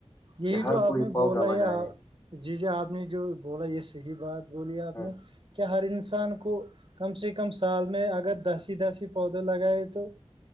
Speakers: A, on the right (about 50°); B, on the left (about 30°).
A: یہی
B: کہ ہر
A: جو آپ
B: کوئی
A: نے
B: پودا
A: بولا ہے
B: لگائے
A: جی جی آپ نے جو بولا یہ صحی بات بولی آپ
B: ہاں
A: نے کیا ہر انسان کو کم سے کم سال میں اگر دسی دسی پودے لگائے تو